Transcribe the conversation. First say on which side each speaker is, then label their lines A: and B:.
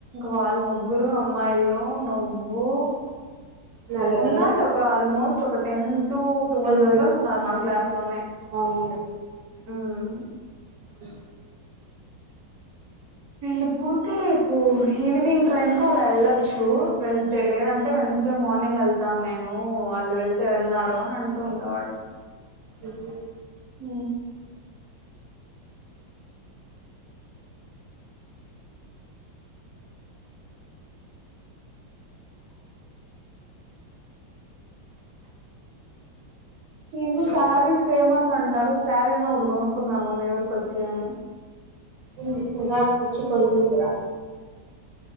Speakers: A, on the right; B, on the right.
A: వాళ్ళ ముగ్గురు అమ్మాయిలు నువ్వు
B: నలగరం
A: ఉన్నారులే ఒక ఆల్మోస్ట్ ఒక ten two twelve
B: ten
A: members ఉన్నారు మన క్లాస్ లోనే
B: అవును
A: ఉమ్
B: అ <unintelligible>
A: వీళ్ళు పోతే రేపు ఈవినింగ్ ట్రైన్ కు అలా వెళ్ళొచ్చు వెళ్తే లేదంటే వెన్స్డే మార్నింగ్ వెళ్తాను నేను వాళ్ళు వెళ్తే వెళ్ళన్నారు అని అంటూ ఉండేవాడు
B: ఉహూ
A: ఊ ఏమో శారీస్
B: ఇంకా
A: ఫేమస్ అంటారు శారీ అన్నా ఒకటి కొనుక్కుందామా మీ ఊరుకొ చ్చి అని
B: ఊ ఇంకా వచ్చి కొనుక్కుందు రా